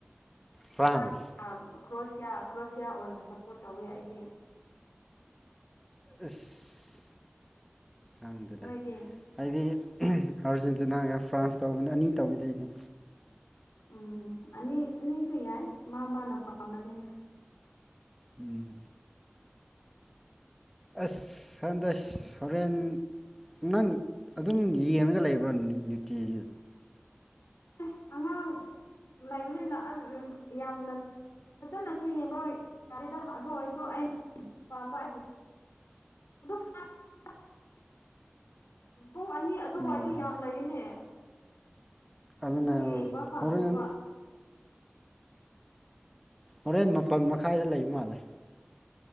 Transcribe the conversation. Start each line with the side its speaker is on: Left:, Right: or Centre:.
Centre: ꯐ꯭ꯔꯥꯟꯁ
Left: <unintelligible> ꯀ꯭ꯔꯣꯁꯤꯌꯥ ꯀ꯭ꯔꯣꯁꯤꯌꯥ ꯑꯣꯏꯅ ꯁꯞꯄꯣꯔꯠ ꯇꯧꯋꯦ ꯑꯩꯗꯤ
Centre: ꯑꯁ ꯈꯪꯗꯦꯗ
Left: ꯅꯣꯏꯗꯤ
Centre: ꯑꯩꯗꯤ ꯑꯥꯔꯖꯦꯟꯇꯤꯅꯥꯒ ꯐ꯭ꯔꯥꯟꯁ ꯇꯧꯕꯅꯤ ꯑꯅꯤ ꯇꯧꯋꯤꯗ ꯑꯩꯗꯤ
Left: ꯎꯝ ꯑꯅꯤ ꯑꯅꯤꯁꯨ ꯌꯥꯏ ꯃꯥ ꯃꯥꯅ ꯄꯥꯝꯕꯅꯤꯅ
Centre: ꯎꯝ ꯑꯁ ꯁꯟꯗꯦꯁ ꯍꯣꯔꯦꯟ ꯅꯪ ꯑꯗꯨꯝ ꯌꯦꯡꯉꯒ ꯂꯩꯕ꯭ꯔꯣ ꯅꯨꯇꯤꯒꯤ
Left: ꯑꯁ ꯑꯉꯥꯡ ꯂꯩꯕꯅꯤꯅ ꯑ ꯌꯥꯝꯅ ꯐꯖꯅꯁꯨ ꯌꯦꯡꯕ ꯌꯥꯗꯦꯗ ꯑꯗꯨ ꯑꯣꯏꯔꯁꯨ ꯑꯩ ꯄꯥꯝꯕ <unintelligible> ꯑꯁ ꯄꯨꯡ ꯑꯅꯤ ꯑꯗꯨꯋꯥꯏꯗ
Centre: ꯎꯝ
Left: ꯌꯥꯝ ꯂꯩꯌꯦꯅꯦ
Centre: ꯑꯗꯨꯅꯦ
Left: ꯑꯗꯨ ꯌꯦꯡꯕ ꯐꯪꯗꯦꯕ
Centre: ꯍꯣꯔꯦꯟ ꯍꯣꯔꯦꯟ ꯃꯄꯟ ꯃꯈꯥꯏꯗ ꯂꯩꯕ ꯃꯥꯜꯂꯦ